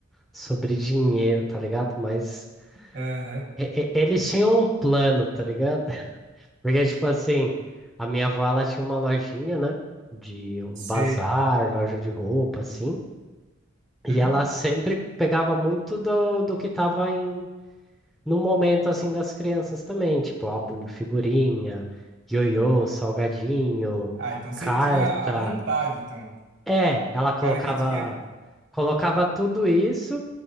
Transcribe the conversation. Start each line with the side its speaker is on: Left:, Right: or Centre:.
Centre: sobre dinheiro, tá ligado? Mas
Right: Aham.
Centre: e- e- eles tinham um plano, tá ligado? <laughs> Porque, tipo assim, a minha avó, ela tinha uma lojinha, né? De um
Right: Sei.
Centre: bazar, loja de roupa, assim. E
Right: Uhum.
Centre: ela sempre pegava muito do, do que estava em, no momento assim das crianças também, tipo álbum de figurinha, ioiô, salgadinho,
Right: Ah, então você
Centre: carta.
Right: tinha a vontade, então.
Centre: É, ela colocava
Right: Cara que tinha.
Centre: colocava tudo isso